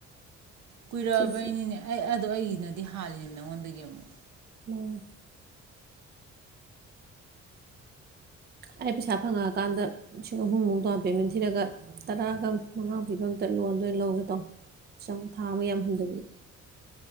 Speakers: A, on the right (about 70°); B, on the right (about 35°).
A: ꯀꯨꯏꯔꯛꯑꯕꯩꯅꯤꯅꯦ
B: ꯁꯤꯁꯦ
A: ꯑꯩ ꯑꯗꯣ ꯑꯩꯒꯤꯅꯗꯤ ꯗꯤ ꯍꯥꯜꯂꯤꯅꯤ ꯅꯉꯣꯟꯗꯒꯤ ꯑꯃꯨꯛ
B: ꯃꯥꯅꯦ ꯑꯩ ꯄꯩꯁꯥ ꯐꯪꯉꯛꯑꯀꯥꯟꯗ ꯂꯤꯁꯤꯡ ꯑꯍꯨꯝꯃꯨꯛ ꯗꯥꯎꯟ ꯄꯦꯃꯦꯟ ꯊꯤꯔꯒ ꯇꯔꯥꯒ ꯃꯉꯥꯃꯨꯛ ꯄꯤꯕ ꯑꯝꯇ ꯂꯣꯟꯗ ꯑꯣꯏꯅ ꯂꯧꯒꯦ ꯇꯧꯕꯅꯤ ꯊꯥ ꯑꯃ ꯌꯥꯍꯨꯝꯗꯒꯤ